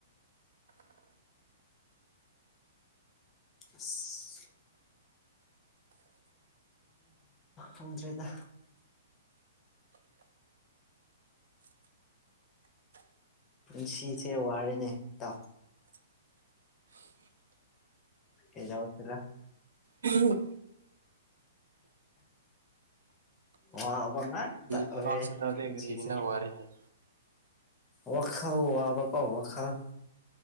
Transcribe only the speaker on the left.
ꯑꯁ ꯐꯪꯗ꯭ꯔꯦꯗ ꯄꯨꯟꯁꯤꯁꯦ ꯋꯥꯔꯦꯅꯦ ꯇꯥꯎ ꯑꯦꯗꯥꯎ ꯇꯔ
ꯋꯥ ꯋꯥꯉꯥ ꯇ
ꯑꯣꯏꯔꯦ
ꯄꯨꯟꯁꯤꯁꯦ
ꯋꯥꯈꯜ ꯋꯥꯕꯀꯣ ꯋꯥꯈꯜ